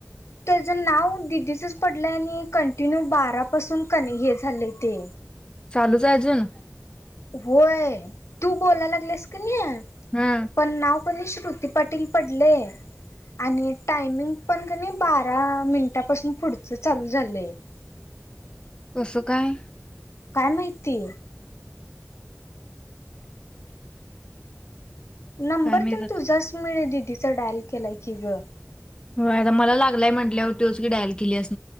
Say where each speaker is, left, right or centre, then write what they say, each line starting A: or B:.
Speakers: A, on the left; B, on the left.
A: त्याचं नाव दिदीचच पडलंय आणि कंटिन्यू बारापसून क हे झालंय ते.
B: चालूच आहे अजून.
A: होय तू बोलायला लागलीस का नाही.
B: हा.
A: पण नाव कणी श्रुती पाटील पडलय. आणि टायमिंग पण का नाही बारा मिनिटापासून पुढच चालू झालंय. <inaudible>
B: कसं काय.
A: काय माहिती.
B: <inaudible>
A: नंबर
B: काय माहित
A: तर
B: आता
A: तुझाच मिळेल दिदीचा डायल केलाय की ग.
B: हो मला लागलाय म्हटल्यावर तोच की डायल केल्यास.